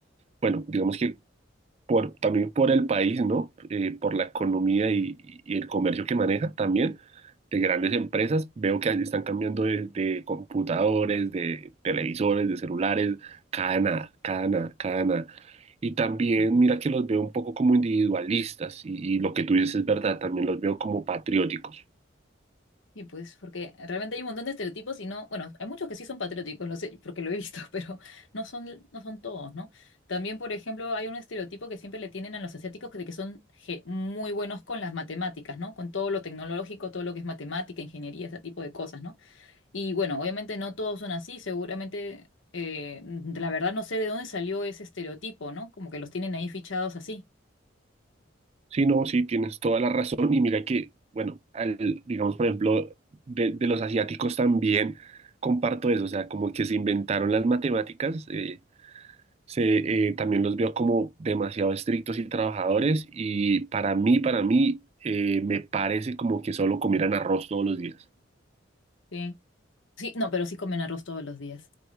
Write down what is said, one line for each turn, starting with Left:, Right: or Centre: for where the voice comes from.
Right: bueno, digamos que por, también por el país, ¿no? Eh, por la economía y, y el comercio que maneja también de grandes empresas. Veo que están cambiando de, de computadores, de televisores, de celulares, cada nada, cada nada, cada nada. Y también mira que los veo un poco como individualistas y, y lo que tú dices es verdad, también los veo como patrióticos.
Left: Y pues, porque realmente hay un montón de estereotipos y no, bueno, hay muchos que sí son patrióticos, no sé, porque lo he visto, <laughs> pero no son, no son todos, ¿no? También, por ejemplo, hay un estereotipo que siempre le tienen a los asiáticos que- de que son ge- muy buenos con las matemáticas, ¿no? Con todo lo tecnológico, todo lo que es matemática, ingeniería, ese tipo de cosas, ¿no? Y bueno, obviamente no todos son así, seguramente, eh, la verdad no sé de dónde salió ese estereotipo, ¿no? Como que los tienen ahí fichados así.
Right: Sí, no, sí, tienes toda la razón. Y mira que, bueno, al- digamos, por ejemplo, de, de los asiáticos también comparto eso, o sea, como que se inventaron las matemáticas, eh, se, eh, también los veo como demasiado estrictos y trabajadores y para mí, para mí, eh, me parece como que solo comieran arroz todos los días.
Left: Sí, sí, no, pero sí comen arroz todos los días.